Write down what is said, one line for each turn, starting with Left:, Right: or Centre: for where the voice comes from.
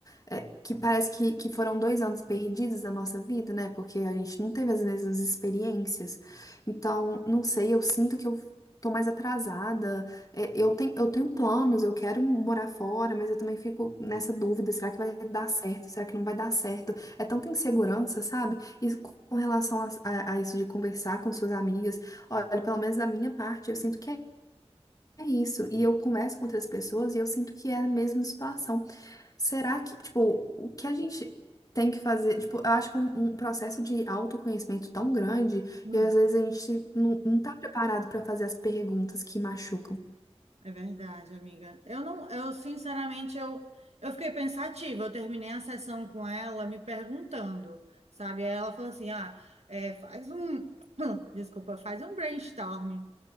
Left: é, que parece que, que foram dois anos perdidos da nossa vida, né? Porque a gente não teve as mesmas experiências. Então, não sei, eu sinto que eu tô mais atrasada. É, Eu tenho, eu tenho planos, eu quero morar fora, mas eu também fico nessa dúvida, será que vai dar certo? Será que não vai dar certo? É tanta insegurança, sabe? E com relação a, a- a isso de conversar com suas amigas, olha, pelo menos da minha parte, eu sinto que é é isso. E eu converso com outras pessoas e eu sinto que é a mesma situação. Será que, tipo, o que a gente tem que fazer? Tipo, eu acho que um, um processo de autoconhecimento tão grande
Right: uhum.
Left: e às vezes a gente não, não tá preparado para fazer as perguntas que machucam.
Right: É verdade, amiga. Eu não, eu sinceramente eu, eu fiquei pensativa. Eu terminei a sessão com ela me perguntando, sabe? Aí ela falou assim: "Ah, é, faz um, <clears throat> desculpa, faz um brainstorm